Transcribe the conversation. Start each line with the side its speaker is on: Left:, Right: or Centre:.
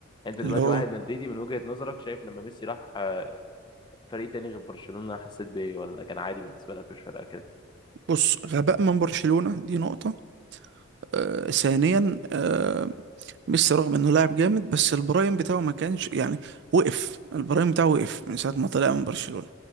Left: انت دلوقتي
Right: اللي هو
Left: واحد مدريدي من وجهه نظرك شايف لما ميسي راح آه، فريق تاني غير برشلونه حسيت بايه ولا كان عادي بالنسبه لك مش فارقه كده
Right: بص غباء من برشلونة دي نقطة آه ثانيا آه ميسي رغم انه لاعب جامد بس البرايم بتاعه ما كانش يعني وقف البرايم بتاعه وقف من ساعة ما طلع من برشلونة